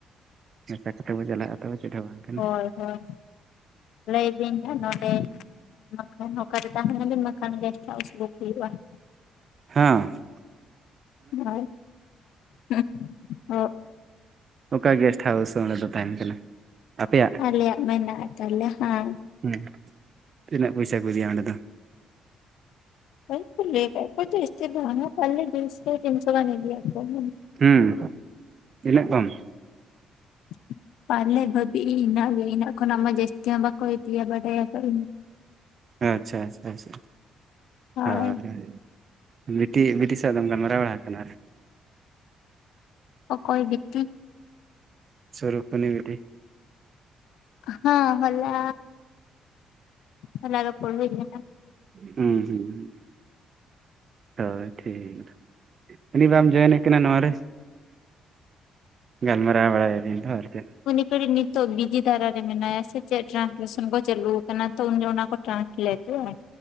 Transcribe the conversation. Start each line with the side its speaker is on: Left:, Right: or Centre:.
Right: ᱢᱮᱥᱟ ᱠᱟᱛᱮ ᱵᱚ ᱪᱟᱞᱟᱜᱼᱟ ᱛᱚ ᱪᱮᱫ ᱦᱚᱸ ᱵᱟᱝ ᱾
Left: ᱦᱚᱭ ᱦᱚᱭ, ᱞᱟᱹᱭ ᱵᱤᱱ ᱦᱟᱸᱜ ᱱᱚᱰᱮ ᱢᱟᱠᱷᱟᱱ ᱚᱠᱟ ᱨᱮ ᱛᱟᱦᱮᱸᱱᱟ ᱵᱤᱱ ᱢᱟᱠᱷᱟᱱ ᱜᱮᱥᱴ ᱦᱟᱣᱩᱥ ᱵᱩᱠ ᱦᱩᱭᱩᱜᱼᱟ ᱾
Right: ᱦᱚᱸ ᱾
Left: ᱦᱚᱭ, ᱦᱩᱸᱜ-ᱩᱸ ᱾
Right: ᱚᱠᱟ ᱜᱮᱥᱴ ᱦᱟᱣᱩᱥ ᱚᱸᱰᱮ ᱫᱚ ᱛᱟᱦᱮᱸᱱ ᱠᱟᱱᱟ ᱟᱯᱮᱭᱟᱜ?
Left: ᱟᱞᱮᱭᱟᱜ ᱢᱮᱱᱟᱜ ᱛᱟᱞᱮ, ᱦᱟ ᱾
Right: ᱦᱩᱸ, ᱛᱤᱱᱟᱹᱜ ᱯᱚᱭᱥᱟᱹ ᱠᱚ ᱤᱫᱤᱭᱟ ᱚᱸᱰᱮ ᱫᱚ?
Left: ᱦᱚᱭ, ᱞᱟᱹᱭ ᱠᱟᱜ ᱠᱚᱭ ᱪᱚ ᱡᱟᱹᱥᱛᱤ ᱫᱚ ᱵᱟᱝᱟ ᱫᱩᱭᱥᱚ ᱛᱤᱱ ᱥᱚ ᱜᱟᱱ ᱤᱫᱤᱭᱟ ᱠᱚ ᱾
Right: ᱦᱩᱸ, ᱤᱱᱟᱹᱜ ᱠᱚᱢ?
Left: <inaudible> ᱯᱟᱞᱮᱜ ᱵᱷᱟᱵᱤ ᱤᱧ ᱤᱱᱟᱹᱜᱮ ᱤᱱᱟᱜ ᱠᱷᱚᱱ ᱢᱟ ᱡᱟᱸᱥᱛᱤ ᱦᱚᱸ ᱵᱟᱠᱚ ᱤᱫᱤᱭᱟ ᱵᱟᱰᱟᱭ ᱭᱟᱠᱟᱜ ᱟᱹᱧ ᱾
Right: ᱟᱪᱪᱷᱟ ᱟᱪᱪᱷᱟ ᱟᱪᱪᱷᱟ,
Left: ᱦᱳᱭ
Right: ᱦᱚᱭ, ᱦᱚᱭ ᱾ ᱵᱤᱴᱤ ᱵᱤᱴᱤ ᱥᱟᱜ ᱫᱚᱢ ᱜᱟᱞᱢᱟᱨᱟᱣ ᱵᱟᱲᱟ ᱟᱠᱟᱱᱟ ᱟᱨ
Left: ᱚᱠᱚᱭ ᱵᱤᱴᱤ?
Right: ᱥᱚᱨᱩᱠᱩᱱᱤ ᱵᱤᱴᱤ ᱾
Left: ᱦᱚᱸ, ᱦᱚᱞᱟ ᱦᱚᱞᱟ ᱨᱚᱯᱚᱲ ᱦᱩᱭ ᱞᱮᱱᱟ ᱾
Right: ᱦᱩᱸ ᱦᱩᱸ ᱦᱩᱸ᱾ ᱦᱚᱭ, ᱴᱷᱤᱠ ᱾ ᱩᱱᱤ ᱵᱟᱢ ᱡᱚᱭᱮᱱᱮ ᱠᱟᱱᱟ ᱱᱚᱣᱟ ᱨᱮ? ᱜᱟᱞᱢᱟᱨᱟ ᱵᱟᱲᱟ ᱟᱹᱵᱤᱱ ᱫᱚ ᱟᱨ ᱪᱮᱫ ᱾
Left: ᱩᱱᱤ ᱠᱩᱲᱤ ᱱᱤᱛᱚᱜ ᱵᱤᱡᱤ ᱫᱷᱟᱨᱟ ᱨᱮ ᱢᱮᱱᱟᱭᱟ ᱥᱮ ᱪᱮᱫ ᱴᱨᱟᱱᱥᱞᱮᱥᱚᱱ ᱠᱚ ᱪᱟᱹᱞᱩ ᱟᱠᱟᱱᱟ ᱛᱚ ᱩᱱᱤ ᱚᱱᱟ ᱠᱚ ᱴᱨᱟᱴᱞᱮᱴᱮ ᱟᱭ